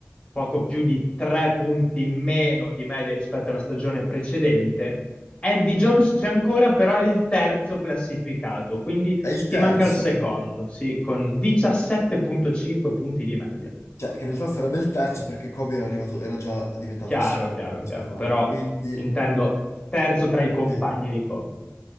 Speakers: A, on the left; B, on the left.
A: poco più di 3 punti in meno di media rispetto alla stagione precedente. Eddie Jones c'è ancora, però è il terzo classificato, quindi
B: È il
A: ti
B: terzo.
A: manca il secondo, sì, con 17.5 punti di media.
B: Cioè, in realtà sarebbe il terzo perché Kobe era arrivato, era già diventato
A: Chiaro,
B: il secondo
A: chiaro,
B: quest'anno.
A: chiaro, però
B: Quindi,
A: intendo terzo tra i compagni
B: sì.
A: di Kobe.